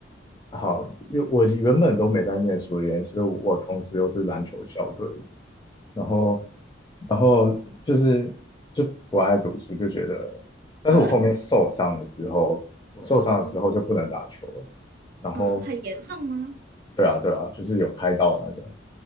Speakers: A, on the left (about 20°); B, on the right (about 50°).
A: 好，因为我原本都没在念书的原因，所以我同时又是篮球校队，然后然后就是就不爱读书，就觉得，但是我后面受伤了之后，
B: 嗯
A: 我受伤了之后就不能打球了。
B: 嗯
A: 然后
B: 嗯，很严重吗？
A: 对啊对啊，就是有开刀的那种。